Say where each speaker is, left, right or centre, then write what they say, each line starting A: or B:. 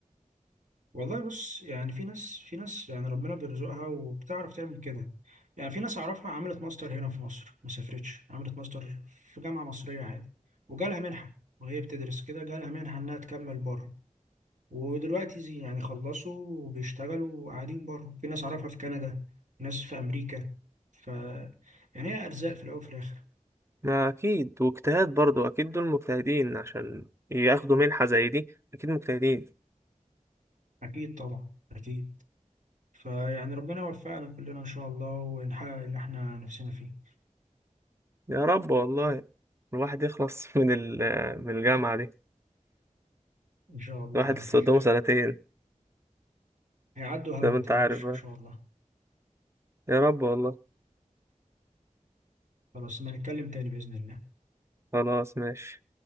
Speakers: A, on the right; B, on the right.
A: والله بص يعني في ناس في ناس يعني ربنا بيرزقها وبتعرف تعمل كده يعني في ناس أعرفها عملت ماستر هنا في مصر ما سافرتش عملت ماستر في جامعة مصرية عادي وجالها منحة وهي بتدرس كده جالها منحة إنها تكمل بره ودلوقتي زي يعني خلصوا وبيشتغلوا وقاعدين بره في ناس أعرفها في كندا ناس في أمريكا ف يعني هي أرزاق في الأول وفي الآخر
B: ما أكيد واجتهاد برضو أكيد دول مجتهدين عشان ياخدوا منحة زي دي أكيد مجتهدين
A: أكيد طبعا أكيد فيعني ربنا يوفقنا كلنا إن شاء الله ونحقق اللي إحنا نفسنا فيه
B: يا رب والله الواحد يخلص <laughs> من ال من الجامعة دي
A: إن شاء الله
B: الواحد
A: على
B: لسه
A: خير
B: قدامه سنتين
A: هيعدوا هوا
B: زي ما
A: ما
B: أنت
A: تقلقش
B: عارف بقى
A: ان شاء الله
B: يا رب والله
A: خلاص ما نتكلم تاني باذن الله
B: خلاص ماشي